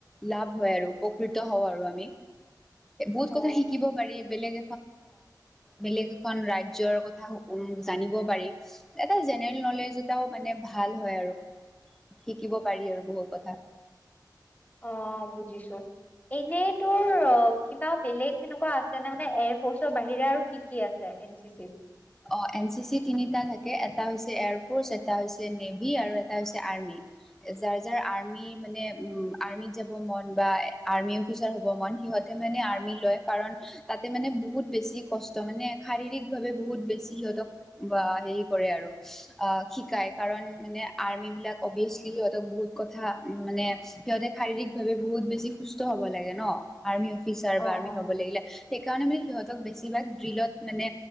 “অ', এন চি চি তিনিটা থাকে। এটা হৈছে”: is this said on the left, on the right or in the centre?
Centre